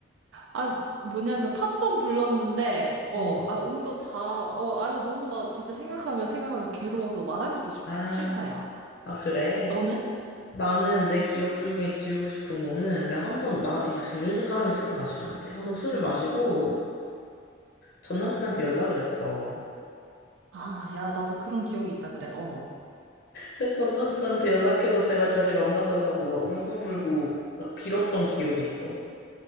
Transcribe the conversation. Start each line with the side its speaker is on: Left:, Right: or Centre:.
Right: 아, 뭐냐, 저 팝송 불렀는데, 어,
Left: 어,
Right: 아, 음도 다, 어, 아, 나 너무 나 진짜 생각하면 생각하면 괴로워서 말하기도 싫,
Left: 아,
Right: 싫다, 야.
Left: 아, 그래.
Right: 너는?
Left: 나는 내 기억 중에 지우고 싶은 거는 내가 한 번, 나, 이래서 사람이 술을 마시면 안 돼. 한번 술을 마시고 전 남친한테 연락을 했어.
Right: 아, 야, 나도 그런 기억이 있다 그래, 어.
Left: 그래서 전 남친한테 연락해서 제발 다시 만나달라고 막 울고불고 막 빌었던 기억이 있어.